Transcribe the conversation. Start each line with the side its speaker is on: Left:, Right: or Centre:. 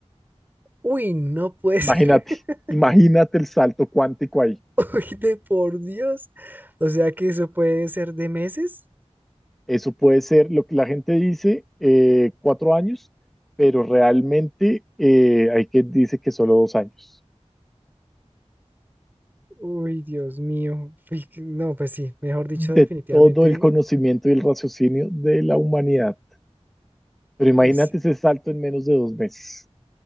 Right: Uy, no puede
Centre: Imagínate,
Right: ser. <laughs>
Centre: imagínate el salto cuántico ahí.
Right: Uy, de por Dios. O sea que eso puede ser de meses.
Centre: Eso puede ser lo que la gente dice, eh, cuatro años, pero realmente eh, hay quien dice que solo dos años.
Right: Uy, Dios mío. Uy, que- No, pues sí, mejor dicho,
Centre: De
Right: definitivamente,
Centre: todo el conocimiento y el raciocinio de la humanidad. Pero imagínate
Right: pues,
Centre: ese salto en menos de dos meses.